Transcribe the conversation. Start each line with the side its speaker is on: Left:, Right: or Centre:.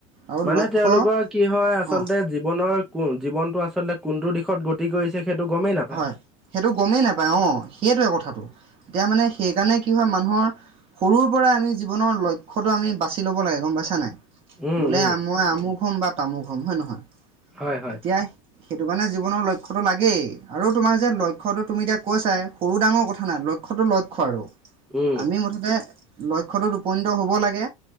Right: আৰু
Centre: মানে
Right: লক্ষ্য
Centre: তেওঁলোকৰ কি হয় আচলতে
Right: অ
Centre: জীৱনৰ কোন জীৱনটো আচলতে কোনটো দিশত গতি কৰিছে সেইটো গমেই নাপায়
Right: হয় সেইটো গমেই নাপায় অ সেইটোৱে কথাটো। এতিয়া মানে সেইকাৰণে কি হয় মানুহৰ সৰুৰ পৰাই আমি জীৱনৰ লক্ষ্যটো আমি বাচি ল'ব লাগে গম পাইছা নাই।
Centre: উম
Right: বোলে
Centre: উম
Right: মই আমুক হম বা তামোক হম হয় নহয়
Centre: হয় হয়
Right: এতিয়া সেইটো কাৰণে জীৱনৰ লক্ষ্যটো লাগেই। আৰু তোমাৰ যে লক্ষ্যটো তুমি এতিয়া কৈছাই সৰু ডাঙৰ কথা নাই লক্ষ্যটো লক্ষ্য আৰু।
Centre: উম
Right: আমি মুঠতে লক্ষ্যটোত উপনীত হ'ব লাগে